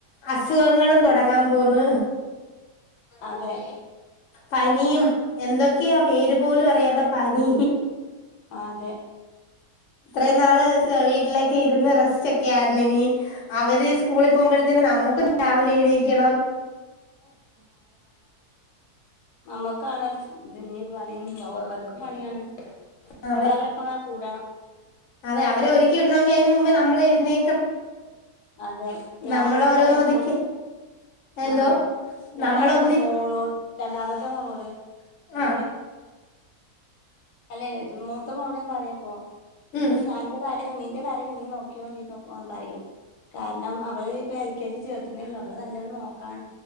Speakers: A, on the left; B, on the left.
A: അസുഖങ്ങളും തുടങ്ങാൻ പോന്ന്
B: അതെ
A: പനിയും എന്തൊക്കെയാ പേര് പോലും അറിയാത്ത പനി
B: അതെ
A: ഇത്രയും നാള് വീട്ടിലൊക്കെ ഇരുന്ന് റെസ്റ്റ് ഒക്കെ ആയിരുന്നു ഇനി അവര് സ്കൂളിൽ പോകുമ്പോഴത്തേന് നമ്മുക്കും രാവിലെ എണീക്കണം
B: നമ്മക് ക്കാണ് ഇത് ഇനി പനി ഉണ്ടാവ അവർക്കു പണിയാണ്
A: അതെ
B: നമ്മളവരപ്പ കൂടണം
A: അതെ അവരെ ഒരുക്കി വിടണമെങ്കി അതിന് മുമ്പേ നമ്മൾ ഇരുന്നേ
B: അതെ ഞാന്
A: നമ്മള് ഓരോന്ന്
B: പറയപ്പോ
A: ഒതുക്കി എന്തോ
B: ആഹ് ഞാൻ
A: നമ്മളൊന്നി
B: പറയപ്പോ മോളോട് രണ്ടാമത്തെ മോളോട്
A: ആഹ്
B: ഇ അല്ലെ മൂത്തമോളോട് പറയാപ്പൊ ഇപ്പൊ
A: ഉം
B: ഞാന്റെ കാര്യ നീന്റെ കാര്യൊക്കെ നീ നോക്കിണ്ടിരിനോ പറയ് കാരണം അവള് ഇപ്പൊ എൽ കെ ജി ചേർത്തുന്നേള്ളൂ അവള് നല്ലോണം നോക്കാൻ